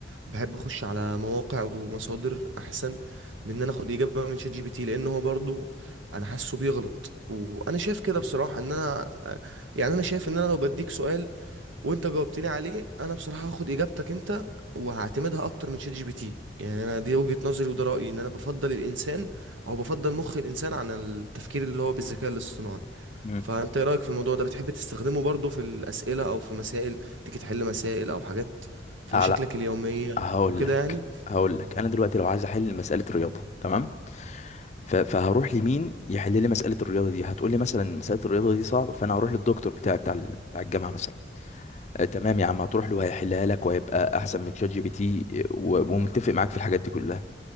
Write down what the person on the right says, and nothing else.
بحب اخش على مواقع ومصادر احسن من ان انا اخد اجابه من شات جي بي تي لان هو برضو انا حاسه بيغلط وانا شايف كده بصراحه ان انا يعني انا شايف ان انا لو بديك سؤال وانت جاوبتني عليه انا بصراحه هاخد اجابتك انت وهعتمدها اكتر من شات جي بي تي يعني انا دي وجهه نظري وده رايي ان انا بفضل الانسان او بفضل مخ الانسان عن التفكير اللي هو بالذكاء الاصطناعي
فانت ايه رايك في الموضوع ده بتحب تستخدمه برضو في الاسئله او في مسائل تيجي تحل مسائل او حاجات في
مشاكلك
اليوميه
وكده
يعني